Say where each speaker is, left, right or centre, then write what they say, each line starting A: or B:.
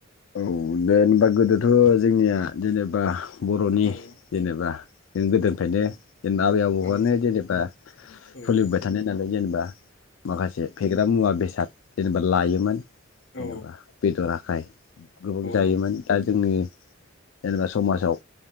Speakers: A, on the left; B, on the left.
A: औ जेनेबा गोदोथ' जोंनिया जेनेबा बर'नि
B: औ
A: जेनेबा जों गोदोनिफ्रायनो जेनेबा आबै आबौआानो
B: औ
A: जेनेबा
B: औ
A: सोलिबाय थानाय नालाय जेनेबा माखासे फेग्रा मुवा बेसे जेनेबा लायोमोन जेनेबा
B: औ
A: बेदर आखाय गोबां
B: औ
A: जायोमोन दा जोंनि जेनेबा समाजाव